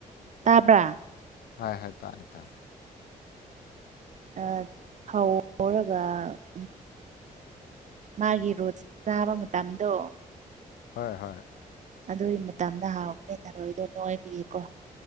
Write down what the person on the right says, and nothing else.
ꯇꯥꯕ꯭ꯔꯥ꯫
ꯑꯥ ꯐꯧ ꯍꯧꯔꯒ ꯎ ꯃꯥꯒꯤ ꯔꯣꯠ ꯆꯥꯕ ꯃꯇꯝꯗꯣ꯫
ꯑꯗꯨꯒꯤ ꯃꯇꯝꯗ ꯍꯥꯎꯕꯅꯦ ꯊꯔꯣꯏꯗꯣ ꯅꯣꯏꯕꯒꯤꯀꯣ꯫